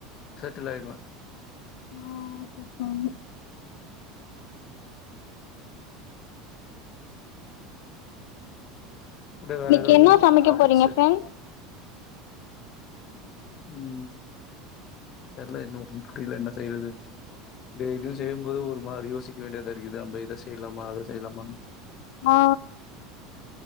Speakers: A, on the left; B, on the left.
A: சட்டில் ஆயிடுவே
B: <unintelligible>
A: கூட வேற
B: இன்னைக்கு
A: எதாவது
B: என்ன சமைக்க
A: டாபிக்ஸு
B: போறீங்க ஃப்ரெண்
A: ம் தெரியல இன்னு புரியல என்ன செய்யறது டெய்லியு செய்யும்போது ஒரு மாரி யோசிக்க வேண்டியது இருக்குது நம்ம இத செய்யலாமா அத செய்யலாமா
B: ஆ